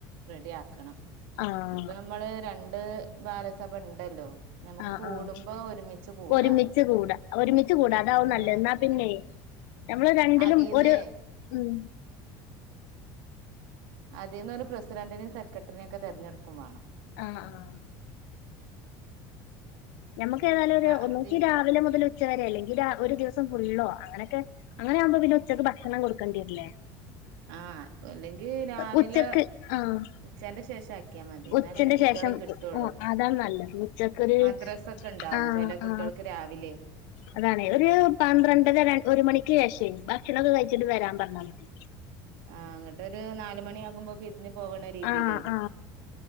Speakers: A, on the right; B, on the left.
A: റെഡിിയാക്കണം
B: ആഹ്
A: ഇപ്പൊ നമ്മള് രണ്ട് ബാലസഭ ഉണ്ടല്ലോ നമുക്ക്
B: ആഹ
A: കൂടുമ്പോ
B: ആഹ
A: ഒരുമിച്ച് കൂടാ
B: ഒരുമിച്ച് കൂടാ ഒരുമിച്ച് കൂടാ അതാവ
A: പിന്നെ
B: നല്ലാ പിന്നെ നമ്മള് രണ്ടിലും
A: അതീന്ന്
B: ഒരു ഉം
A: അതേന്ന് പറഞ്ഞ പ്രസിഡന്റിനേ സെക്രട്ടറിയും ഒക്കെ തെരഞ്ഞെടുക്കും വേണം
B: ആഹ് ആഹ് നമുക്ക് ഏതാലും
A: വേണം
B: ഒന്നക്ക് രാവിലെ മുതൽ ഉച്ചവരെ അല്ലെങ്കിൽ ഒരു ദിവസം ഫുള്ളോ അങ്ങനെയൊക്കെ അങ്ങനെ ആകുമ്പോ പിന്നെ ഉച്ചക്ക് ഭക്ഷണം കൊടുക്കേണ്ടിരല്ലേ
A: ആഹ് അല്ലെങ്കി രാവിലെ
B: ഉച്ചക്ക് ആഹ്
A: ഉച്ചന്റെ ശേഷം ആക്കിയാ മതി എന്നാലന്നെ
B: ഉച്ചന്റെ
A: കുട്ടികളെയും
B: ശേഷം
A: കിട്ടുള്ളൂ
B: അതാണ് നല്ലത് ഉച്ചക്കൊരു
A: മദ്രസ ഒക്കെ ഉണ്ടാവും
B: ആ
A: ചില കുട്ടികൾക്ക്
B: ആ
A: രാവിലെ
B: അതാണ് ഒരു പന്ത്രണ്ടര ഒരു മണിക്ക് ശേഷേ ഭക്ഷണൊക്കെ കഴിച്ചിട്ട് വരാൻ പറഞ്ഞാ മതി
A: ആ അങ്ങട്ടൊരു നാല് മണിയികുമ്പോ ഞ് പോകണ രീതിയില്
B: ആ ആ